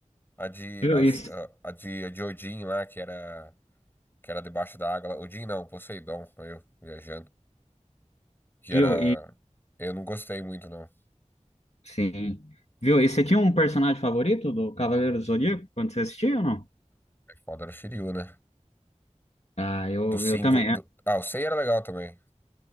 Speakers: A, on the left; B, on the left.
A: A de,
B: viu,
A: as-
B: isso,
A: a, a de, a de Odin lá, que era. que era debaixo da água. lá. Odin não, Poseidon, eu viajando. Que
B: viu?
A: era. Eu não gostei muito, não.
B: Sim. Viu? E você tinha um personagem favorito do Cavaleiro do Zodíaco quando você assistia ou não?
A: É foda, era o Shiryu, né?
B: Ah, eu,
A: Do cinco
B: eu também.
A: Do...
B: É,
A: Ah, o Sei era legal também.